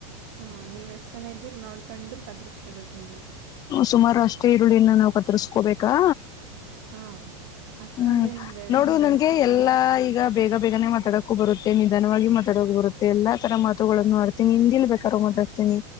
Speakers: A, on the right (about 45°); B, on the left (about 25°).
A: ಹಾ ನೀವ್ ಎಷ್ಟ್ ಜನ ಇದ್ದೀರಿ ನೋಡ್ಕೊಂಡು ಕದ್ರಸ್ ಸ್ಕೋಬೆಕ್ ನೀನು.
B: ಸುಮಾರು ಅಷ್ಟೇ ಈರುಳ್ಳನ್ನ ನಾವ್ ಕತ್ರಸ್ಕೊಬೇಕಾ.
A: ಹಾ. ಅಷ್ಟೊಂದೇನ್
B: ಹ್ಮ್
A: ಬೇಡ
B: ನೋಡು ನನ್ಗೆ
A: ಒಂದ್ ಸ್ವಲ್ಪ
B: ಎಲ್ಲಾ ಈಗ ಬೇಗ ಬೇಗನೆ ಮಾತಾಡಕೂ ಬರುತ್ತೆ ನಿಮ ನಿಧಾನವಾಗಿ ಮಾತಡೋಕು ಬರುತ್ತೆ ಎಲ್ಲ ತರ ಮಾತುಗಳನ್ನು ಮಾಡ್ತೀನಿ ಹಿಂದಿಲಿ ಬೇಕಾದ ಮಾತಾಡ್ತೀನಿ